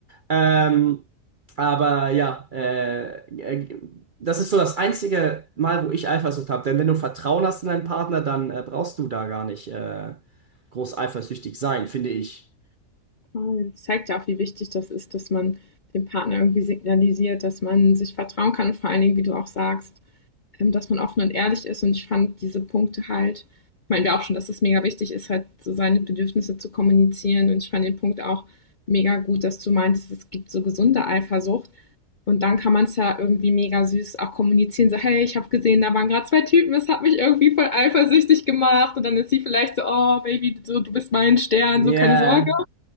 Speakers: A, on the right (about 60°); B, on the left (about 55°).
A: Ähm, aber ja, äh, äh, das ist so das einzige Mal, wo ich Eifersucht habe. Denn wenn du Vertrauen hast in deinen Partner, dann äh, brauchst du da gar nicht äh, groß eifersüchtig sein, finde ich.
B: Das zeigt ja auch, wie wichtig das ist, dass man dem Partner irgendwie signalisiert, dass man sich vertrauen kann und vor allen Dingen, wie du auch sagst, ähm, dass man offen und ehrlich ist. Und ich fand diese Punkte halt, meinen wir auch schon, dass es mega wichtig ist, halt so seine Bedürfnisse zu kommunizieren. Und ich fand den Punkt auch mega gut, dass du meinst, es gibt so gesunde Eifersucht Und dann kann man es ja irgendwie mega süß auch kommunizieren, so, hey, ich habe gesehen, da waren gerade zwei Typen, es hat mich irgendwie voll eifersüchtig gemacht. Und dann ist sie vielleicht so, oh, Baby, so, du bist mein Stern,
A: Ja.
B: so keine Sorge.